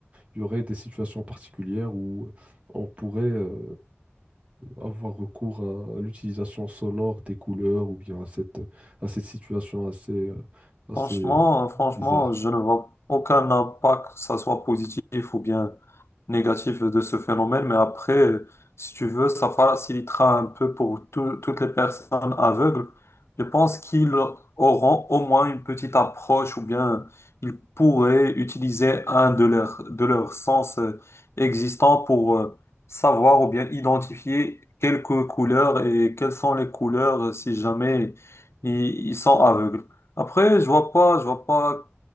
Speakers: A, on the right; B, on the left.
A: il y aurait des situations particulières où on pourrait euh, avoir recours à, à l'utilisation sonore des couleurs ou bien à cette, à cette situation assez, euh, assez
B: Franchement, euh, franchement,
A: bizarre?
B: je ne vois aucun impact, que ça soit positif ou bien négatif de ce phénomène, mais après, euh, si tu veux, ça facilitera un peu pour tout- toutes les personnes aveugles. Je pense qu'ils auront au moins une petite approche ou bien ils pourraient utiliser un de leurs de leurs sens euh, existants pour euh, savoir ou bien identifier quelques couleurs et quelles sont les couleurs euh, si jamais ils ils sont aveugles. Après, je vois pas, je vois pas